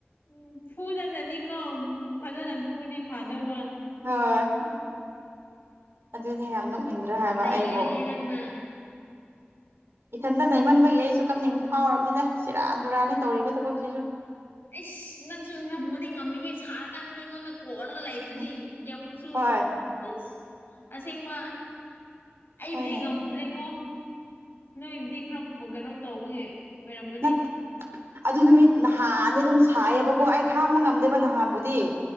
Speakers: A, on the left; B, on the right.
A: ꯎꯝ ꯐꯨꯗꯅꯅꯤꯀꯣ ꯐꯖꯅ ꯐꯨꯗꯤ ꯐꯥꯗꯧꯕ꯫
B: <unintelligible>
A: ꯎꯝ
B: ꯑꯗꯨꯅꯦ ꯌꯥꯝ ꯅꯣꯛꯅꯤꯡꯗ꯭ꯔ ꯍꯥꯏꯕ
A: ꯅꯩꯔꯦꯍꯦ
B: ꯑꯩꯕꯨ꯫
A: ꯅꯪꯅ
B: ꯏꯊꯟꯇ ꯅꯩꯃꯟꯕꯒꯤ ꯑꯩꯁꯨ ꯀꯞꯅꯤꯡꯕ ꯐꯥꯎꯔꯕꯅꯤꯅ ꯁꯤꯔꯥꯟ ꯗꯨꯔꯥꯟꯅꯤ ꯇꯧꯔꯤꯕ ꯊꯕꯛꯁꯤꯁꯨ꯫
A: ꯑꯩꯁ ꯅꯪꯁꯨ ꯉꯝꯃꯨꯗꯤ ꯉꯝꯃꯤ ꯍꯦ ꯁꯥ ꯀꯥꯟ ꯃꯤꯉꯣꯟꯗ ꯀꯣꯜꯂꯒ ꯂꯩꯕꯗꯨꯗꯤ
B: ꯎꯝ
A: ꯀꯌꯥꯃꯨꯛꯁꯨ꯫
B: ꯍꯣꯏ
A: ꯄꯁ ꯑꯁꯦꯡꯕ ꯑꯩꯕꯨꯗꯤ
B: ꯍꯣꯏꯅꯦ
A: ꯉꯝꯗ꯭ꯔꯦꯀꯣ꯫ ꯅꯣꯏꯕꯨꯗꯤ ꯈꯔꯕꯨ ꯀꯩꯅꯣꯝ ꯇꯧꯕꯒꯤ ꯑꯣꯏꯔꯝꯒꯅꯤ
B: ꯅꯠ ꯑꯗꯨ ꯅꯨꯃꯤꯠ ꯅꯍꯥꯟꯗꯤ ꯑꯗꯨꯝ ꯁꯥꯏꯌꯦꯕꯀꯣ ꯑꯩ ꯈꯥꯡꯕ ꯉꯝꯗꯦꯕ ꯅꯍꯥꯟꯕꯨꯗꯤ꯫